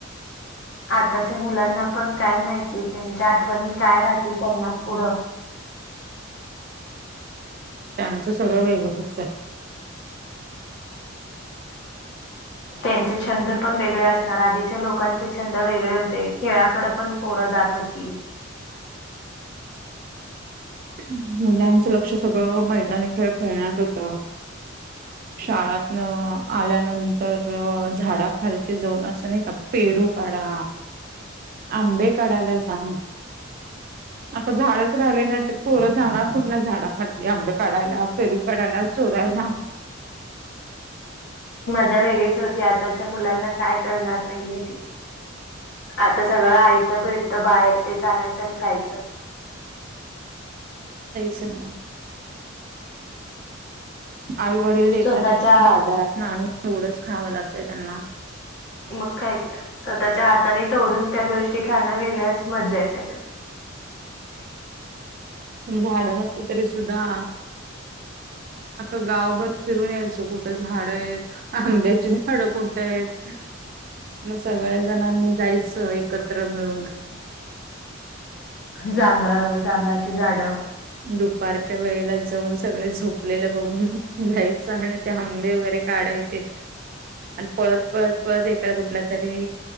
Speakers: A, on the left (about 60°); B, on the right (about 45°).
A: आताच्या मुलांना पण काय माहिती त्यांच्या आठवणी काय राहतील त्यांनाच पुढं
B: त्यांचं सगळं वेगळंच जं
A: त्यांचे छंद पण वेगळे असणार आधीच्या लोकांचे छंद वेगळे होते खेळाकड पण पोरं जात होती
B: मुलांचं लक्ष सगळं मैदानी खेळ खेळण्यात होत शाळातन आल्यानंतर झाडा खालचे जाऊन असं नाही का पेरू काढा
A: <inaudible>
B: आंबे काढायला सांग
A: <inaudible>
B: आता झाडच राहिले नाही तर कोरं जाणार कुठल्या झाडा खाली आंब काढायला पेरू काढायला चोरायला
A: मा वेगळीच होती आताच्या मुलांना काय करणार नाहीये ती आता सगळं आयतं भेटत बाहेर तेचनायच्यान खायचं
B: कायचं नाही
A: <inaudible>
B: आई वडील देतात
A: स्वतःच्या
B: बाजारात ना आणणून एवढंच खावं लागतंय त्यांना
A: मग काही तर स्वतःच्या हाताने तोडून त्या गोष्टी खाण्यां वेगळ्याच मजा येत त्याच्यात
B: पण झाडं नसली तरी सुद्धा अता गावभर फिरून यायचं कुठं झाडं आहेत आंब्याची झाडं कोुणत आहेत मग सगळ्या जणांनी जायचं एकत्र मिळून
A: जांभळ जांभळाची झाडं
B: दुपारच्या वेळेला जाऊन सगळे झोपलेलं, बघून जायचं आणि ते हंबे वगैरे काढायचे आणि पळत पळत पळत एका कुठल्या तरी